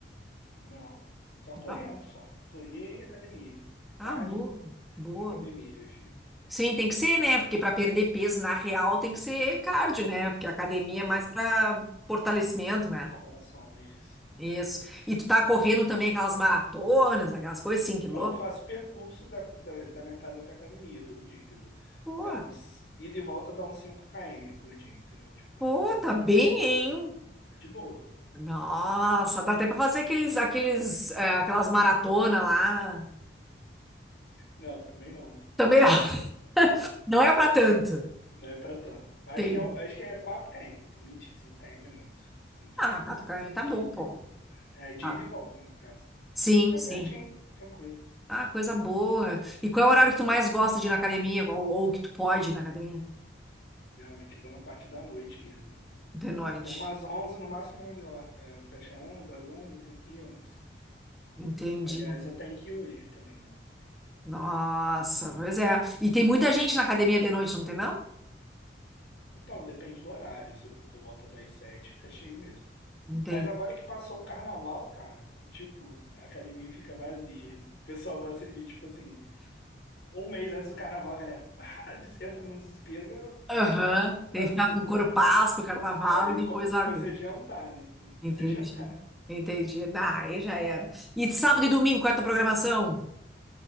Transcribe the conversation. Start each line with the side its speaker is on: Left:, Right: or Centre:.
Left: Não, só correndo,
Centre: Não.
Left: só. Correr e academia.
Centre: Ah,
Left: Cardio
Centre: boa, boa.
Left: e academia, filho.
Centre: Sim, tem que ser, né? Porque para perder peso na real tem que ser cardio, né? Porque a academia
Left: É,
Centre: é mais para fortalecimento, né?
Left: musculação, isso.
Centre: Isso. E tu tá correndo também aquelas maratonas, aquelas coisas, cinco quilômetros.
Left: Eu faço percurso da, da, da minha casa até a academia todo dia, entendeu?
Centre: Pô,
Left: Dá uns, ida e volta dá uns cinco km por dia, entendeu? Tipo,
Centre: pô, tá bem, hein?
Left: é de boa.
Centre: Nossa, dá até pra fazer aqueles, aqueles, eh, aquelas maratonas lá.
Left: Não, também não.
Centre: Também não. <laughs> Não é pra tanto.
Left: Não é pra tanto. Acho
Centre: Tem.
Left: que é, acho que é quatro km, tô mentindo. cinco km é muito. cinco km
Centre: Ah, uma catupiry
Left: eu tô pensando
Centre: tá
Left: aqui.
Centre: bom, pô.
Left: É de
Centre: Ah,
Left: ida e volta, né, no caso.
Centre: sim,
Left: É
Centre: sim.
Left: pertinho, tranquilo.
Centre: Ah, coisa boa. E qual é o horário que tu mais gosta de ir na academia? Ou, ou que tu pode ir na academia?
Left: Geralmente eu vou na parte da noite mesmo.
Centre: De noite.
Left: Até umas 11 no máximo 11 horas. É, fecha onze às 11 eu tenho que ir antes.
Centre: Entendi.
Left: Aliás, eu tenho que ir hoje também, né?
Centre: Nossa, pois é. E tem muita gente na academia de noite, não tem, não?
Left: Então, depende do horário. Se eu for por volta das sete, fica cheio mesmo.
Centre: Entendi.
Left: Mas agora que passou o carnaval, cara, tipo, a academia fica vazia. O pessoal gosta de, tipo assim, um mês antes do carnaval, a galera ah, des- entra no desespero, eu tenho
Centre: Aham.
Left: que pegar pra
Centre: Tem que
Left: no
Centre: ficar
Left: corpo.
Centre: com corpaço pro carnaval
Left: Aí,
Centre: e depois
Left: como se
Centre: larga.
Left: fosse adiantar, né? Como se fosse
Centre: Entendi.
Left: <laughs> adiantar.
Centre: Entendi. Ah, aí já era. E sábado
Left: É muito.
Centre: e domingo, qual é a tua programação?